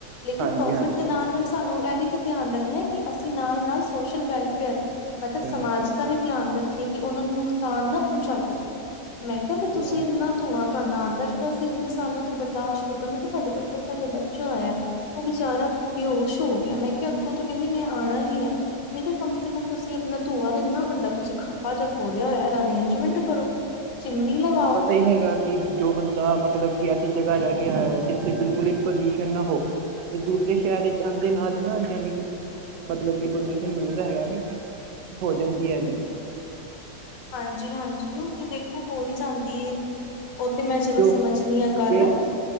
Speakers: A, on the left; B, on the right.
A: ਲੇਕਿਨ
B: ਹਾਂਜੀ
A: ਪ੍ਰੋਫਿਟ
B: ਹਾਂਜੀ
A: ਦੇ
B: ਹਾਂਜੀ
A: ਨਾਲ-ਨਾਲ ਸਾਨੂੰ ਏਹ ਵੀ ਧਿਆਨ ਰੱਖਨਾ ਕਿ ਅਸੀ ਨਾਲ-ਨਾਲ ਸੋਸ਼ਲ ਵੈਲਫੇਅਰ
B: ਹਾਂਜੀ
A: ਮਤਲਬ ਸਮਾਜ
B: ਹਾਂਜੀ
A: ਦਾ ਵੀ ਧਿਆਨ ਰੱਖੀਏ ਕਿ ੳਨਾਂ ਨੂੰ ਨੁਕਸਾਨ ਨਾ ਪਹੁੰਚਾਈਏ। ਮੈਂ ਕੇਆ
B: ਹਾਂਜੀ
A: ਵੀ ਤੁਸੀ ਏਨਾ ਧੂੰਆਂ ਤਾਡਾ ਆਂਦਾ ਐ, ਚਲੋ ਅਸੀ ਏਨੇ ਸਾਲਾਂ ਤੋਂ ਬਰਦਾਸ਼ਤ ਕਰਦੇ, ਮੈ ਕੇਆ ਸਾਡੇ ਘਰ ਛੋਟਾ ਜਾ ਬੱਚਾ ਆਏਆ ੳ ਵੇਚਾਰਾ
B: ਹਾਂਜੀ
A: ਬੇਹੋਸ਼ ਹੋ ਗਿਆ। ਮੈਂ ਕੇਆ ਅਗੋ ਤੋਂ ਕੈਂਦੀ ਮੈਂ ਆਨਾ ਈ ਨਈ ਐ। ਮੈਂ ਕੇਆ
B: ਹਾਂਜੀ
A: ਕਮ ਸੇ ਕਮ ਤੁਸੀ ਨਾ ਧੂਆ ਤਾਂ ਏਨਾ ਵੱਡਾ ਤੁਸੀ ਖੱਪਾ ਜਿਆ ਖੋਲੇਆ
B: ਹਾਂਜੀ
A: ਹੋਏਆ, ਏਦਾ ਅਰੇਂਜਮੈਂਟ ਕਰੋ, ਚਿਮਨੀ ਲਗਾਓ।
B: ਤੇ ਹੈਗਾ ਕਿ ਜੋ ਬੰਦਾ ਮਤਲਬ ਕਿ ਐਸੀ ਜਗਾ ਰੈ ਕੇ ਆਯਾ ਹੋਏ ਜਿੱਥੇ ਬਿਲਕੁਲ ਈ ਪੋਲੳਸ਼ਨ ਨਾ ਹੋ ਤੇ ਦੂ ਦੂਸਰੇ ਸ਼ਹਰ ਇਚ ਆਂਦੇ ਨਾਲ ਏਨਾ ਜਾ ਵੀ ਕਿ ੳਦੇ ਮਤਲਬ ਕਿ ਪ੍ਰਦੂਸ਼ਨ ਲੱਗਦਾ ਹੈਗਾ ਨਾ, ਹੋ ਜਾਂਦੀ ਏ ਦਿੱਕਤਾਂ।
A: ਹਾਂਜੀ ਹਾਂਜੀ ੳ ਤੇ ਦੇਖੋ ਹੋ ਈ ਜਾਂਦ ਦੀ ੳਹ ਤਾ ਮੈਂ ਚਲੋ
B: ਜੋ
A: ਸਮਝਨੀ ਆ ਗੱਲ,
B: ਜੇ